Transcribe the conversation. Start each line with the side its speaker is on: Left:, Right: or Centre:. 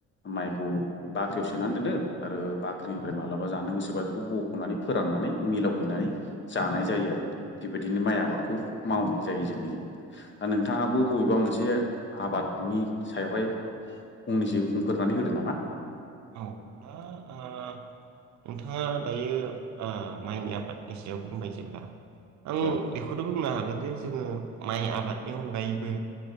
Left: माइखौ बाख्रियाव सोनानै दोनदों आरो बा फख्रिनिफ्राय मालाबा जानो गोसोबा बेखौ बख'नानै फोराननानै मिलावहैनानै जानाय जायो आरो बेबाय बिनो माइ आबादखौ मावनाय जायो जों दा नोंथाब बबेबा मोनसे एसे आबादनि सायावहाय फंनैसो बुंफोरनानै होदो नामा?
Right: औ। <unintelligible> नोंथाङा दायो ओ माइनि आबादनि सायाव बुंबाय जेब्ला आं
Left: औ नोंथां
Right: बेखौनो बुंनो हागोन जे जोङो माइ आबादनि अनगायैबो